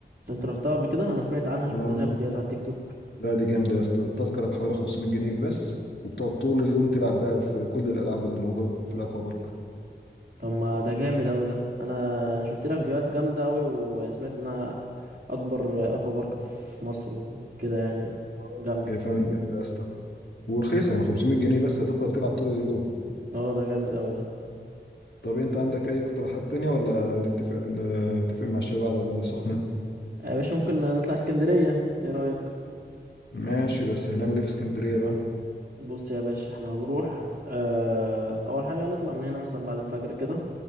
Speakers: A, on the right; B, on the left.
A: انت رحتها قبل كده انا سمعت عنها شفت
B: اه
A: لها فيديوهات على التيك توك
B: لا دي جامدة يا اسطى التذكرة بحوالي 500 جنيه بس وبتقعد طول اليوم تلعب بقى في كل الالعاب اللي موجودة في الاكوا بارك
A: طب ما ده جامد قوي ده انا شفت لها فيديوهات جامده قوي وسمعت انها اكبر اكوا بارك في مصر وكده يعني
B: اه
A: جامد
B: هي فعلا جامدة يا اسطى ورخيصة يعني 500 جنيه بس هتفضل تلعب طول اليوم
A: اه ده جامد قوي ده
B: طب انت عندك اي اقتراحات تانية ولا نتفق نتفق مع الشباب على السخنة
A: يا باشا ممكن نطلع اسكندريه ايه رايك
B: ماشي بس هنعمل ايه في اسكندرية بقى
A: بص يا باشا احنا هنروح اه اول حاجه هنطلع من هنا مثلا بعد الفجر كده